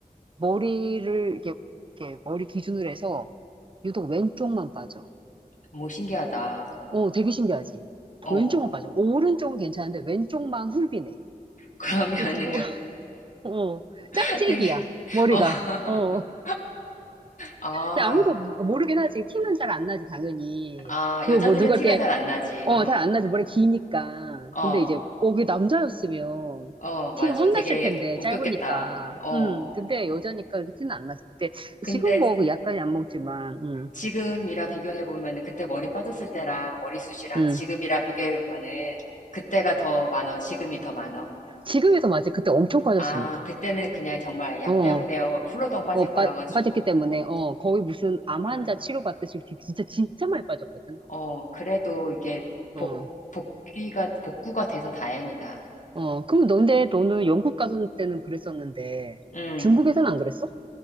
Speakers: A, on the right; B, on the left.
A: 머리를 이렇게, 이렇게 머리 기준으로 해서 유독 왼쪽만 빠져.
B: 뭐 신기하다.
A: 어, 되게 신기하지?
B: 어.
A: 왼쪽만 빠져. 오른쪽은 괜찮은데 왼쪽만 훌비네.
B: 그러면은
A: 그래가지고, <laughs> 어,
B: <laughs>
A: 짝짝이야,
B: 되게
A: 머리가.
B: 어. <laughs>
A: 어,
B: 아,
A: 근데 아무도 모르긴 하지. 티는 잘 안 나지, 당연히.
B: 아,
A: 그거
B: 여자들은
A: 뭐 누가
B: 티가
A: 이렇게,
B: 잘 안 나지.
A: 어,
B: 어.
A: 잘 안 나지. 머리 기니까.
B: 어.
A: 근데 이제, 어, 그게 남자였으면
B: 어, 맞아.
A: 티가 확
B: 되게
A: 났을 텐데,
B: 웃겼겠다.
A: 짧으니까.
B: 어.
A: 음, 근데 여자니까 이렇게 티는 안 났을 때.
B: 근데
A: 지금 뭐 약간이 안 먹지만, 음,
B: 지금이라 비교해 보면은 그때 머리 빠졌을 때랑 머리숱이랑
A: 음.
B: 지금이라 비교해 보면은 그때가 더 많어, 지금이 더 많어.
A: 지금에서 맞지. 그때 엄청 빠졌으니까.
B: 아, 그때는 그냥 정말 약
A: 어.
B: 때문에 훌러덩 빠진
A: 어,
B: 거라
A: 빠,
B: 가지고
A: 빠졌기 때문에, 어, 거의 무슨 암
B: 아,
A: 환자 치료받듯이 이렇게 진짜, 진짜 많이 빠졌거든.
B: 어, 그래도 이게
A: 어,
B: 복 복귀가 복구가 돼서 다행이다.
A: 어, 그럼 너네, 너는 영국 가서 때는 그랬었는데,
B: 음.
A: 중국에선 안 그랬어?